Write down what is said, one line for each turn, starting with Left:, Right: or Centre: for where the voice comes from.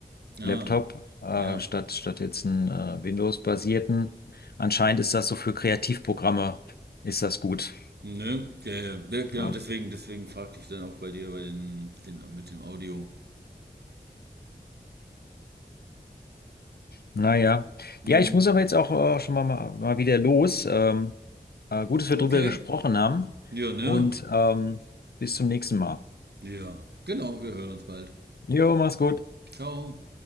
Left: Laptop
Right: Ah,
Left: äh,
Right: ja.
Left: statt statt jetzt einen äh, Windows-basierten. Anscheinend ist das so für Kreativprogramme ist das gut.
Right: Ne, ja, ja, ja, genau,
Left: Ja.
Right: deswegen, deswegen fragte ich dann auch bei dir bei den, den mit dem Audio.
Left: Naja, ja,
Right: Ne.
Left: Ja, ich muss aber jetzt auch äh, schon mal mal mal wieder los. Ähm, äh, gut, dass wir
Right: Okay.
Left: drüber gesprochen haben
Right: Ja, ne?
Left: und ähm, bis zum nächsten Mal.
Right: Ja. Genau, wir hören uns bald.
Left: Jo, mach's gut.
Right: Ciao.